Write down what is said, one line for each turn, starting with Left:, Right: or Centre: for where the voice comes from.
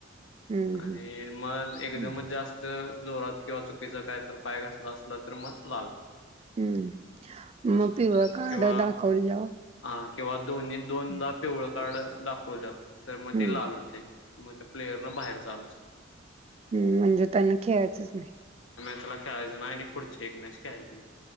Right: हम्म, हम्म,
Left: आणि मग एकदमच
Right: हम्म,
Left: जास्त- जोरात किंवा चुकीच काय तर पाय घातला असलं तर मग लाल.
Right: हम्म.
Left: अस
Right: मग पिवळं कार्ड
Left: किंवा
Right: दाखवल्यावर
Left: हा किंवा दोन्ही दोनदा
Right: हम्म,
Left: पिवळं कार्ड दाखवलं तर मग
Right: हम्म,
Left: ते लाल होते. मग त्या प्लेयर न बाहेर जायाच.
Right: हम् म्हणजे त्यांना खेळायचंच नाही.
Left: त्याला खेळायच नाही आणि पुढचे एक मॅच खेळायची नाय.